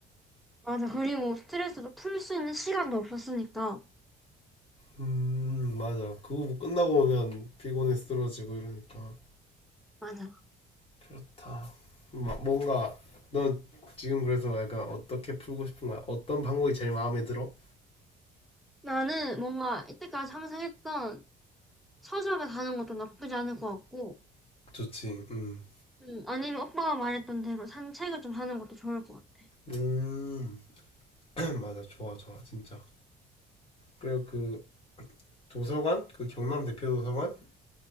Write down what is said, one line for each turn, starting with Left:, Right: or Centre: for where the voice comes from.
Centre: 맞아, 그리고 스트레스도 풀 수 있는 시간도 없었으니까.
Left: 음, 맞아. 그거 뭐 끝나고 오면 피곤해 쓰러지고 이러니까.
Centre: 맞아.
Left: 그렇다. 뭔가 넌 지금 그래서 약간 어떻게 풀고 싶은 거야? 어떤 방법이 제일 마음에 들어?
Centre: 나는 뭔가 이때까지 항상 했던 서점에 가는 것도 나쁘지 않을 것 같고,
Left: 좋지. 음.
Centre: 음, 아니면 오빠가 말했던 대로 산책을 좀 하는 것도 좋을 것 같아.
Left: 음. <clears throat> <laughs> 맞아. 좋아, 좋아. 진짜. 그리고 그 도서관, 그 경남 대표 도서관, <clears throat>